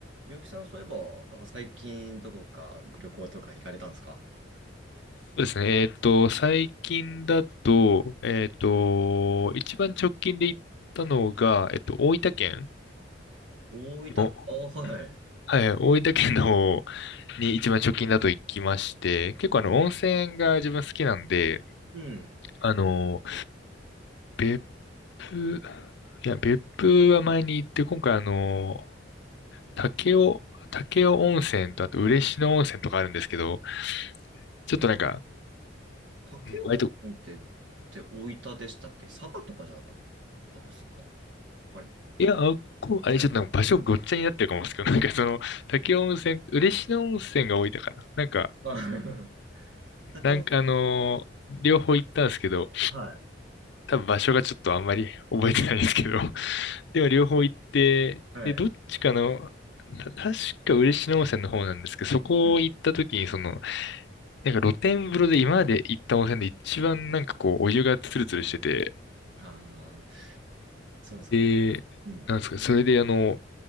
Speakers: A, on the right; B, on the left.
A: ゆうきさん、そういえば、なんか最近どこか旅行とか行かれたんですか
B: そうですね。えっと、最近だと、えっと、一番直近で行ったのが、えっと、大分県
A: 大分、
B: の、
A: あ、はい。
B: はい、大分県の方に一番直近だと行きまして、結構あの、温泉が自分好きなんで、
A: うん。
B: あの、別府、いや、別府は前に行って、今回あの、武雄、武雄温泉と、あと嬉野温泉とかあるんですけど、ちょっとなんか、
A: あれ、武雄温泉って、
B: 割と
A: って大分でしたっけ佐賀とかじゃなかったですかあれごめん
B: いや、あっこ、あれ、
A: 間違え
B: ちょっとなんか場所ごっちゃになってるかもですけど、<laughs> なんかその、滝温泉、嬉野温泉が多いたかな。なんか、
A: たあ <laughs> 武雄、
B: なんかあのー両方行ったんですけど、
A: は
B: 多分場所がちょっとあんまり覚えてないんですけど、<laughs> でも両方行って、
A: い。はい。
B: で、どっちかの、た、確か嬉野温泉の方なんですけど、そこ行った時に、
A: うん。
B: その、なんか露天風呂で今まで行った温泉で一番なんかこう、お湯がツルツルしてて、
A: ああ、そうですかね。
B: で、
A: うん。
B: なんですか、それであの、